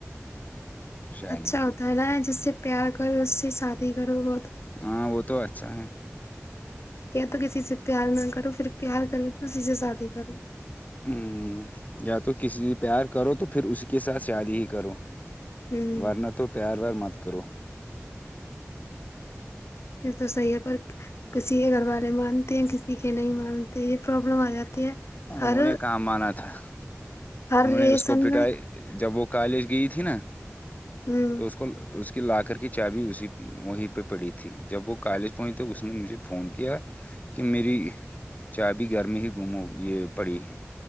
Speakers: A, on the left; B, on the left.
A: شادی
B: اچھا
A: کی
B: ہوتا ہے نا جس سے پیار کرو اس سے شادی کرو ب
A: ہاں وہ تو اچھا ہے
B: کہ تو کسی سے پیار نہ کرو پھر پیار کرو تو اسسی سے شادی کرو
A: ہوں یا تو کسی سے پیار کرو تو پھر اسی کے ساتھ شادی ہی کرو
B: ہوں
A: ورنہ تو پیار وار مت کرو
B: یہ تو صحیح ہے پر کسی کے گھر والے مانتے ہیں کسی کے نہیں مانتے یہ پرابلم آ جاتی ہے
A: انہوں
B: ہر
A: نے کام مانا تھا
B: ہر
A: انہوں نے
B: رلیسن
A: اس کو پٹائی
B: میں
A: جب وہ کالج گئی تھی نا
B: ہوں
A: تو اس کو اس کی لاکر کی چابی اسی وہیں پہ پڑی تھی جب وہ کالج پہنچ توے اس نے مجھے فون کیا کہ میری چا بھیی گھر میں ہی گم ہو یہ پڑی ہے